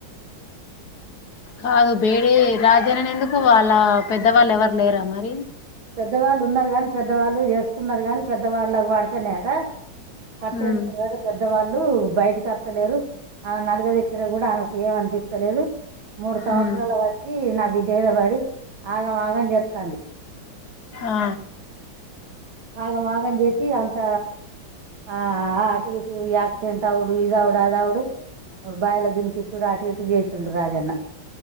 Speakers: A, on the left; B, on the right.
A: కాదు బేడీ రాజేనని ఎందుకు వాళ్ళ పెద్దవాళ్ళు ఎవరు లేరా మరి
B: పెద్దవాళ్ళు ఉన్నారు గాని పెద్దవాళ్ళు ఎసుకున్నారు గాని పెద్దవాళ్ళక్ వాడతినయ్ అట కట్ట
A: ఉమ్
B: ఎంచుకున్న గాని పెద్దవాళ్ళు ళ్ళు బయటికి వత్తలేరు ఆ నలుగ దిక్కిర గూడా ఆమెకి ఏమ్ అనిపిత్తలేదు మూడు సంవత్సరాల
A: ఉమ్
B: బట్టి నా బిడ్డమీదబడి ఆగం ఆగం జెత్తంది
A: ఆ..
B: ఆగం ఆగం జేసి అంత ఆ ఆటు ఇటు యాక్సిడెంట్ అవుడు ఇదవుడు అదవుడు బాయల దీనికిత్తుడు అటు ఇటు చేసిండు రాజన్న